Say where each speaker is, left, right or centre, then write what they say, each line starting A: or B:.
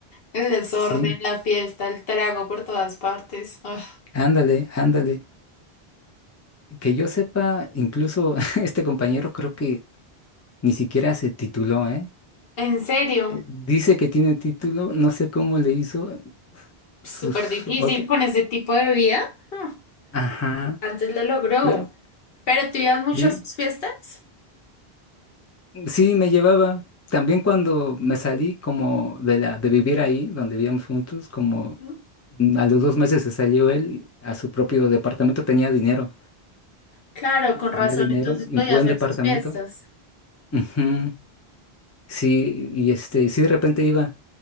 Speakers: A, on the left (about 65°); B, on the left (about 25°).
A: El desorden,
B: Sí,
A: la fiesta, el trago por todas partes. Ah,
B: ándale, ándale. Que yo sepa, incluso <laughs> este compañero creo que ni siquiera se tituló, ¿eh?
A: en serio,
B: Eh, Dice que tiene título, no sé cómo le hizo
A: súper
B: sus
A: difícil
B: otros.
A: con ese tipo de vida. Ah,
B: Ajá,
A: Antes lo logró.
B: pero
A: ¿Pero tú ibas mucho
B: bien,
A: a sus fiestas?
B: sí me llevaba. También cuando me salí como de la de vivir ahí, donde vivíamos juntos, como
A: Ujú.
B: mm, a los dos meses se salió él a su propio departamento, tenía dinero,
A: Claro,
B: y
A: con
B: tenía
A: razón,
B: dinero
A: entonces podía
B: y un buen
A: hacer
B: departamento.
A: sus fiestas.
B: Ujú, Sí, y este, sí de repente iba,